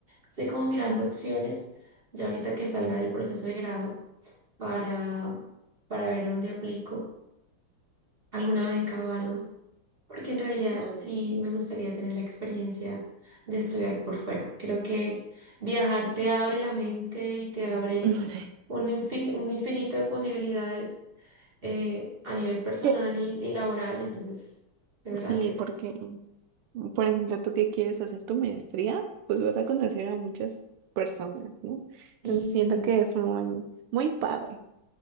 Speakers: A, on the right (about 25°); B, on the right (about 85°).
A: Estoy como mirando opciones, ya ahorita que salga del proceso de grado, para, para ver a dónde aplico alguna beca o algo, porque en realidad
B: Mm,
A: sí me gustaría tener la experiencia de estudiar por fuera. Creo que viajar te abre la mente y te abre
B: <laughs> no sé.
A: un infini- un infinito de posibilidades eh, a nivel personal
B: ¿Qué?
A: y, y laboral, entonces de verdad
B: Sí,
A: que
B: porque, por ejemplo, tú que quieres hacer tu maestría, pues vas a conocer a muchas personas, ¿no? Entonces
A: sí.
B: siento que es muy, muy padre.